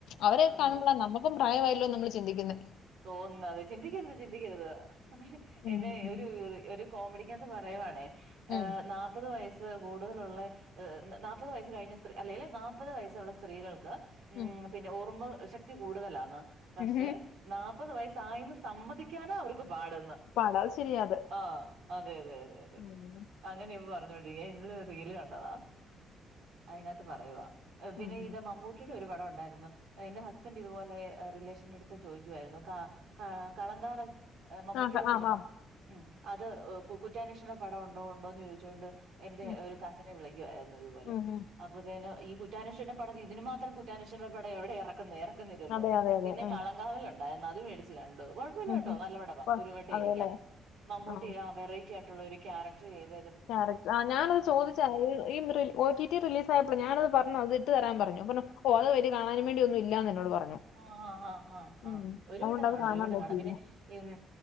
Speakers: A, on the left (about 80°); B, on the right (about 80°).
A: അവരെ
B: അതെ.
A: കാണുമ്പോള നമ്മുക്കും പ്രായമായില്ലോ നമ്മള് ചിന്തിക്കുന്ന
B: തോന്ന്ന്നത് ചിന്തിക്കരുത് ചിന്തിക്കരുത്
A: ഉം.
B: എന്നെ ഒരു ഒരു കോമഡിക്കകത്ത് പറയുവാണേ ഏ
A: ഉം.
B: നാല്പ്പത് വയസ് കൂടുതലുള്ളെ നാല്പ്പത് വയസ് കഴിഞ്ഞ സ്ത്രീ അല്ലെങ്കിൽ നാപ്പത് വയസ്സുള്ള സ്ത്രീകൾക്ക്
A: ഉം
B: പിന്നെ ഓർമ്മ ശക്തി കൂടുതലാന്ന് പക്ഷെ
A: ഉഹും.
B: നാല്പ്പത് വയസ്സായിന്ന് സമ്മതിക്കാനാ അവർക്ക് പാടന്ന്
A: പടാ ശരിയാ അത്.
B: ആഹ് അതെ അതെ അതെ അതെ
A: ഉം.
B: അങ്ങനെയ ഇപ്പ പറഞ്ഞൊണ്ടിരിക്ക ഞൻ ഇന്നലെ ഒരു റീല് കണ്ടതാ അതിനകത്ത് പറയവാ പിന്നെ
A: ഉം.
B: ഇത് മമ്മൂട്ടിയുടെ ഒരു പടം ഉണ്ടായിരുന്നു എന്റെ ഹസ്ബന്റ് ഇതുപോലെ റിലേഷൻ എടു ചോയ്ക്കു വായിരുന്നു ക കളങ്കാവൽ മമ്മൂട്ടിടെ
A: ആ ക
B: സിനമ
A: ആം ആം.
B: ഉം അത് കുറ്റാന്വേഷണ പടം ഉണ്ടോ ഉണ്ടോ എന്ന് ചോദിച്ചുകൊണ്ട് എന്റെ
A: ഉം.
B: ഒരു കസിനെ വിളിക്കുവായിരുന്നു ഇതുപോലെ
A: ഉം ഉം.
B: അ ആഹ് ഈ കുറ്റാനുഷേൻ പടം ഇതിന് മാത്രം കുറ്റാനുഷൻ പടം എവിടെ ഇറക്ക എർക്കുന്നില്ലല്ലോ
A: അതെ അതെ അതെ.
B: പിന്നെ
A: ഉം.
B: കളംങ്കാവലുണ്ടായിരുന്ന് അത് മേടിച്ചച്ച് കണ്ട് കെഴ <unintelligible>
A: ഉം ഉം.
B: നല്ലപടവാ
A: പ്പ
B: ഒരു വട്ടം
A: അതേല്ലേ?
B: ഇരിക്കാം മമ്മൂട്ടി
A: ആ
B: ആഹ് വെറൈറ്റി ആയിട്ടുള്ള ഒരു ക്യാരക്ടർ ചെയ്ത്
A: ക്യാരറ്റ് ആഹ് ഞാനത് ചോദിച്ചാ ഈ മ്റി ഓടിടി റിലീസ് ആയപ്പോ ഞാനത് പറഞ്ഞു അത് ഇട്ട് തരാൻ പറഞ്ഞു ഓ അത് വല്യയാ കാണാനൻ വേണ്ടിയന്നും ഇല്ല എന്നോട് പറഞ്ഞു
B: ആഹ് ആഹ് ആഹ്
A: ഉം.
B: ഒരു
A: അതുകൊണ്ട്
B: വട്ടം കാണും
A: അത് കാണാൻ
B: ഒരു വട്ടം
A: പറ്റിയില്ല.
B: കാണും പിന്നെ ഉം